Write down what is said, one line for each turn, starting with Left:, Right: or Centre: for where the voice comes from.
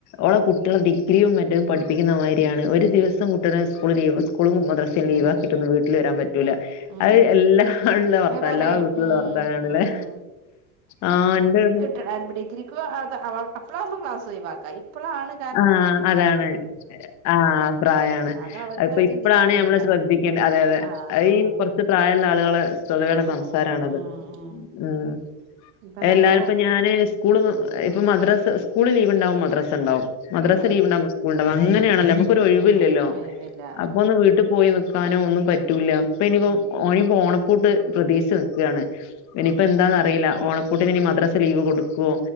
Left: ഓളെ കുട്ട്യാളെ ഡിഗ്രിയും മറ്റേം പഠിപ്പിക്കുന്നമാരി ആണ് ഒരു ദിവസം കുട്ട്യാളെ സ്കൂൾ ലീവ് സ്കൂളും മദ്രസ്സും ലീവ്
Right: ഉം
Left: ആക്കിട്ടൊന്നും വീട്ടിൽ വരാൻ പറ്റൂല
Right: ഉം
Left: അത് എല്ലാ ഇള്ള വർത്താ
Right: അത് പറയും
Left: എല്ലാ വീട്ടിലുള്ള
Right: ഉം
Left: വർത്താനാണ്ലെ
Right: ഉം
Left: ആഹ് ഇന്റെ വീട്ടിൽ
Right: <unintelligible> ഡിഗ്രി അപ്പോളാവുമ്പോ ക്ലാസ് ഒയിവാക്ക ഇപ്പോളാണ്
Left: ആഹ് അതാണ് ആഹ് ആ പ്രായാണ്
Right: അത് അവർക്കത്
Left: അതിപ്പോ ഇപ്പഴാണ്
Right: ചിന്തിക്കാൻ കഴിയില്ല
Left: ഞമ്മള ശ്രദ്ധി ക്കൽ അതെ അതെ
Right: ആഹ്
Left: അയി
Right: ആഹ്
Left: ച്ചു പ്രായള്ള ആളുകളെ സൊതവേയുള്ള
Right: ഉം
Left: സംസാരണത്.
Right: ഉം ഉം
Left: ഉം
Right: ഇപ്പൊ
Left: <unintelligible>
Right: നമ്മള്
Left: ഞാന് സ്കൂള് ഇപ്പം മദ്രാസ് സ്കൂള് ലീവ് ഇണ്ടാവുമ്പം മദ്രസ ഇണ്ടാവും. മദ്രസ
Right: ഉം
Left: ലീവ്ണ്ടാകുമ്പോ സ്കൂളുണ്ടാവും അങ്ങനെയാണല്ലോ നമുക്ക് ഒരു ഒഴിവില്ലല്ലോ,
Right: ഉം ഒഴിവില്ല
Left: അപ്പൊ
Right: ഉം
Left: ഒന്ന് വീട്ടിൽ പോയി. ക്കാനും ഒന്നും പറ്റൂലല്ലോ ഇപ്പൊ ഇനിപ്പോ
Right: ഉം
Left: ഒഴിയ് ഓണപ്പൂട്ട് പ്രതീക്ഷിച്ച് നിക്കാണ്. ഇനിയിപ്പോ
Right: ഉം
Left: എന്താന്നറിയില ഓണ പ്പൂട്ടിനു ഇനി മദ്രാസ ലീവ് കൊടുക്കോ